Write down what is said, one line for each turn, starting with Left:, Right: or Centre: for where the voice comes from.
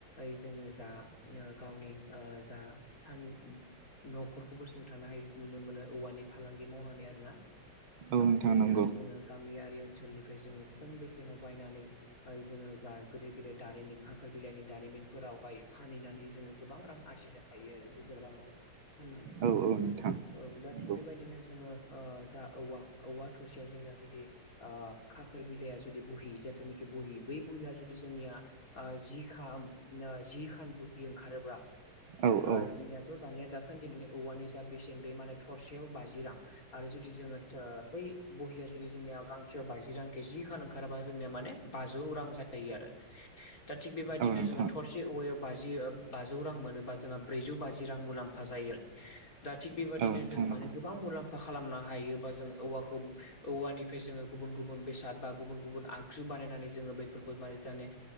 Left: ओइ जोङो जा गावनि जा ओ सान न'खरखौ गोसंथानो हाय नुनो मोनो औवानि फालांगि मावनानै आरो ना।
Right: औ
Left: ओ
Right: नोंथां
Left: जेरैहाय
Right: नंगौ
Left: जोङो गामियारि ओनसोलनिफ्राय जोङो खम बेसेनाव बायनानै ओइ जोङो जा गिदिर गिदिर दारिमिन खाखोर बिलाइनि दारिमिनफोरावहाय फानहैनानै जोङो गोबां रां आरजिनो हा थायो आरो बुरजारामाव फाननानै।
Right: औ औ नोंथां
Left: औ
Right: नंगौ
Left: दा थिग बेबायदिनो जोङो जा औवा औवा थरसेयाव जोंना जुदि आ खाखोर बिलाइाया जुदि बह जाथोनोखि बहि बै बहिया जुदि जोंनिया आ जिखाम ओ जिखान बुहि ओंखारोब्ला
Right: औ
Left: ओ
Right: औ
Left: जोंनियाथ' दानिया दासान्दि माने औवानि जा बेसेन बे माने थरसेयाव बाजि रां। आरो जुदि जोङो थो बै बहिया जुदि जोंनिया गांसेयाव बाजि रांखे जि खान ओंखाराबा जोंनिया माने बाज जौ रां जायो आरो दा थिग बेबायदिनो
Right: औ नोंथां
Left: जोङो थस बे औवायाव बाजि ओ बाजौ रां मोनोबा जोंहा ब्रैजौ बाजि रां मुलाम्फा जायो।
Right: <inaudible>
Left: दा थिग बेबायाददिनो
Right: औ नोंथां
Left: जोङो
Right: नंगौ
Left: माने गोबां मुलाम्फा खालामनो हायो बा जों औवाखौ औवानि बेजोङो गुबुन बेसाद बा गुबुन गुबुन आगु बानायनानै जोङो बेफोरखौ माने जाने